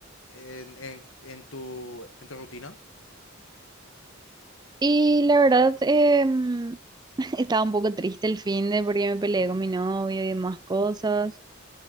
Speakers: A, on the left; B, on the right.
A: en, en, en tu, en tu rutina?
B: Y la verdad, em, <laughs> estaba un poco triste el fin de porque me peleé
A: Mm,
B: con mi novio y demás cosas.